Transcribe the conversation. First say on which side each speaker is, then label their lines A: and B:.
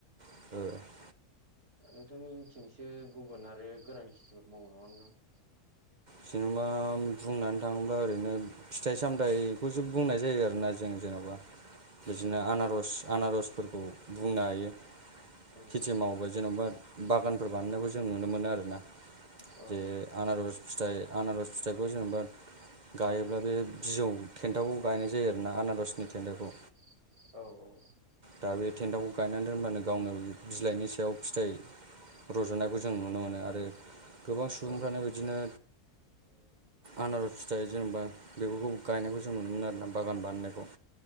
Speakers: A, on the right; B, on the right.
A: <unintelligible>
B: नोंथांनि मिनथिंसो गुबुन आरो गोरान खिथिफोर मावो नामा नोंथां?
A: जेनेबा बुंनानै थाङोबा ओरैनो फिथाइ सामथायाइखौसो बुंनाय जायो आरोना जों जेन'बा बिदिनो
B: औ
A: आनारस आनारसफोरखौ बुंनो हायो।
B: उम
A: खेथि
B: उम
A: मावबा जेनेबा बागानफोर बानायनायबो जों नुनो मोनो आरोना।
B: औ
A: जे आनारस फिथाइ आनारस फिथाइखौ जेनेबा गायोब्ला बे बिजौ थेन्थाखौ गायनाय जायो आरोना आनारसनि थेन्थाखौ
B: औ- औ
A: दा बे थेन्थाखौ गायनानै दोनब्लानो गावनो बिलाइनि सायाव फिथाइ रज'नायखौ जों नुनो मोनो आरो गोबां सुबुंफ्रानो
B: औ
A: बिदिनो आनारस फिथाइ जेनेबा बेफोरखौ गायनायखौ जों नुनो मोनो आरोना बागान बानायनायखौ